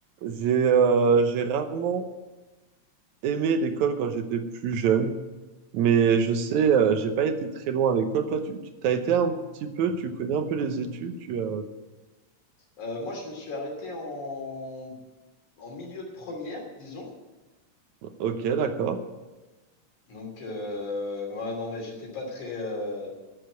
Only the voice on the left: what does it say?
Oui.
Euh, moi, je me suis arrêté en, en milieu de première, disons.
Donc, euh, ouais, non, mais j'étais pas très. euh,